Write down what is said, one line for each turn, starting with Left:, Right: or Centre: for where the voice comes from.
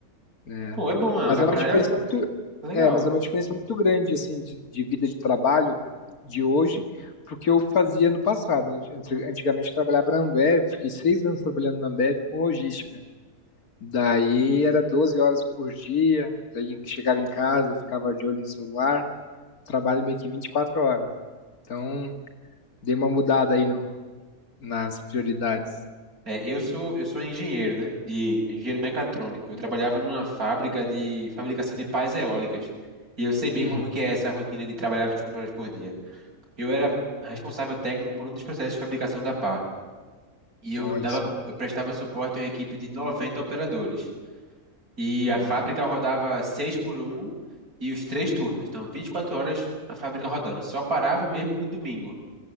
Left: né?
Right: pô, é bom, né?
Left: Mas
Right: A carga
Left: é uma
Right: horária
Left: diferença muito,
Right: é legal.
Left: é, mas é uma diferença muito grande, assim, de, de vida de trabalho de hoje pro que eu fazia no passado. Ante- Antigamente eu trabalhava na Ambev, fiquei seis anos trabalhando na Ambev com logística. Daí era 12 horas por dia, daí chegava em casa, ficava de olho no celular, trabalho meio que 24 horas. Então, dei uma mudada aí no, nas prioridades.
Right: É, eu sou, eu sou engenheiro, né? De engenheiro mecatrônico. Eu trabalhava numa fábrica de fabricação de pás eólicas. E eu sei bem
Left: Uhum.
Right: como que é essa rotina de trabalhar 24 horas por dia. Eu era responsável técnico por um dos processos de fabricação da pá. E eu
Left: Olha
Right: dava,
Left: só.
Right: eu prestava suporte a uma equipe de 90 operadores. E
Left: Uhum.
Right: a fábrica rodava 6 por um e os três turnos. Então, 24 horas a fábrica rodando. Só parava mesmo no domingo.